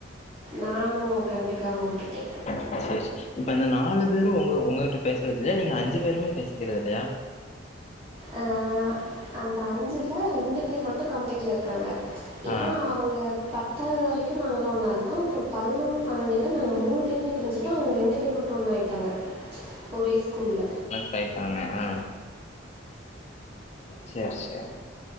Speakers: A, on the right; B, on the left.
A: நானு கண்டுக்காம உட்டுட்டே
B: சேர் சேர் இப்ப அந்த நாலு பேரு ஒங்க ஒங்ககிட்ட பேசுறது இல்லயா நீங்க அஞ்சு பேருமே பேசிக்கிறது இல்லயா
A: ஆ அந்த அஞ்சுல ரெண்டு பேர் மட்டு கான்டெக்ட்ல இருக்காங்க ஏனா
B: ஆ
A: அவுங்க பத்தாவ்து வரைக்கு நாங்களா ஒன்னா இருந்தோ அப்றோ பதினொன்னு பணண்டுல நாங்க மூணு பேருமே பிரிஞ்சிட்டோ அவுங்க ரெண்டு பேரு மட்டு ஒன்னாய் ட்டாங்க ஒரே ஸ்கூல்ல
B: போய்ட்டாங்க ஆ சேர் சேர்